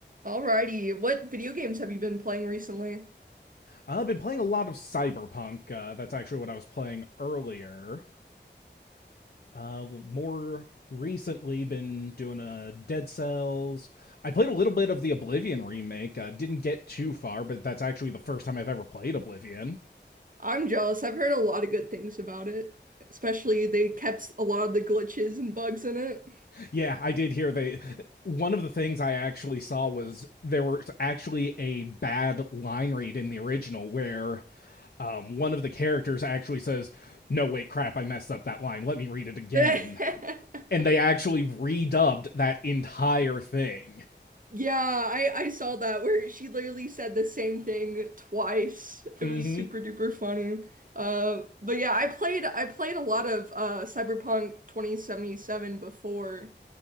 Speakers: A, on the right; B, on the left.
A: Alrighty, what video games have you been playing recently?
B: I've been playing a lot of Cyberpunk. Uh, that's actually what I was playing earlier. Uh, more recently, been doing a uh, Dead Cells. I played a little bit of the Oblivion remake. Uh, didn't get too far, but that's actually the first time I've ever played Oblivion.
A: I'm jealous. I've heard a lot of good things about it. Especially they kept a lot of the glitches and bugs in it.
B: Yeah, I did hear they. One of the things I actually saw was there was actually a bad line read in the original where um, one of the characters actually says, No, wait, crap, I messed up that line. Let me read it again.
A: <laughs>
B: and they actually redubbed that entire thing.
A: Yeah, I I saw that where she literally said the same thing twice. It
B: hmm
A: was super duper funny. Uh, but yeah, I played I played a lot of uh Cyberpunk 2077 before.